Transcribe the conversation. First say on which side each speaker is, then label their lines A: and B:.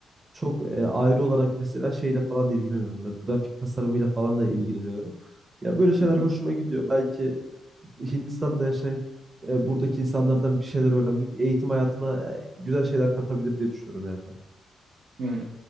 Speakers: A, on the right; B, on the right.
A: çok e, ayrı olarak mesela şeyle falan da ilgileniyorum. Böyle grafik tasarımıyla falan da ilgileniyorum. Ya böyle şeyler
B: hı hı,
A: hoşuma gidiyor. Belki Hindistan'da yaşayıp e, buradaki insanlardan bir şeyler öğrenmek eğitim hayatıma e, güzel şeyler katabilir diye düşünüyorum yani. kanka.
B: hı.